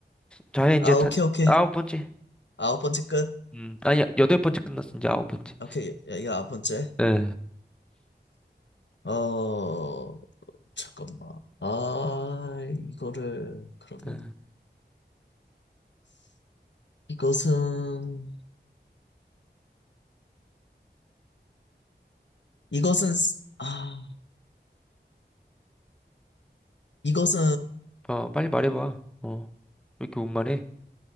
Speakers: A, in the centre; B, on the left.
A: 자, 이제
B: 아,
A: 다,
B: 오케이, 오케이.
A: 아홉 번째.
B: 아홉 번째 끝.
A: 음, 아니, 여덟 번째 끝났어. 이제 아홉 번째.
B: 오케이, 이거 아홉 번째.
A: 예.
B: 어, 잠깐만. 아, 이거를, 그러면,
A: 예.
B: 이것은, 이것은, 스- 아, 이것은
A: 어, 빨리 말해봐. 어. 왜 이렇게 못 말해?